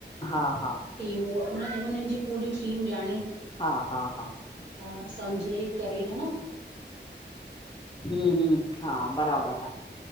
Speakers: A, on the left; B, on the right.
A: हा हा
B: थीम ऊहा, उन उनजी पूरी टीम ॼाणे।
A: हा हा हा
B: हा, सम्झे करे, हा न।
A: हूं हूं, हा बराबर आ,